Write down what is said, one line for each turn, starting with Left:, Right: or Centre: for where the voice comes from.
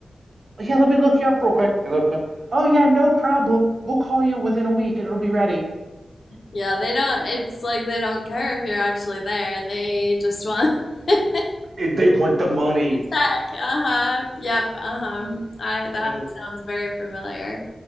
Right: yeah, let me look you up real quick. They looked me up. Oh yeah, no problem. We'll call you within a week and it'll be ready.
Left: Yeah, they don't. It's like they don't care if you're actually there. They just want <laughs>
Right: It, they want the money.
Left: Check. Uh-huh. Yep. Uh-huh. I that
Right: And
Left: sounds very familiar.